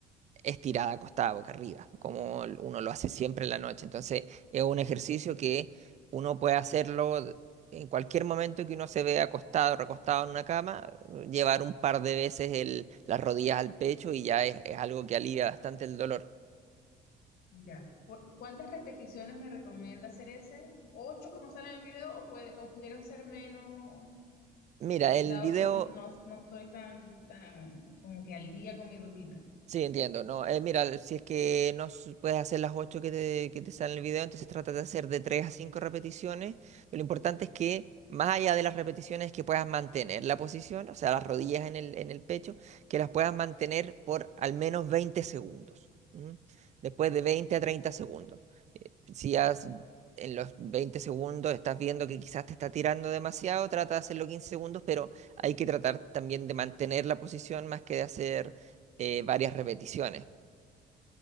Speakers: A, on the right (about 45°); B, on the left (about 65°).
A: estirada, acostada, boca arriba, como l- uno lo hace siempre en la noche. Entonces, es un ejercicio que uno puede hacerlo d- en cualquier momento que uno se vea acostado, recostado en una cama, eh, llevar un par de veces el- las rodillas al pecho y ya es, es algo que alivia bastante el dolor.
B: ya. ¿Por cuántas repeticiones me recomienda hacer ese? ¿Ocho como sale en el video o, puede- o pudieran ser menos,
A: Mira,
B: eh,
A: el
B: dado
A: video
B: que no, no estoy tan, tan como que al día con mi rutina?
A: Sí, entiendo, ¿no? Eh, mira, si es que no s- puedes hacer las 8 que te, que te salen en el video, entonces trata de hacer de 3 a 5 repeticiones, pero lo importante es que más allá de las repeticiones que puedas mantener la posición, o sea, las rodillas en el, en el pecho, que las puedas mantener por al menos 20 segundos, ¿m? Después de 20 a 30 segundos. Eh, si has, en los 20 segundos estás viendo que quizás te está tirando demasiado, trata de hacerlo 15 segundos, pero hay que tratar también de mantener la posición más que de hacer eh, varias repeticiones.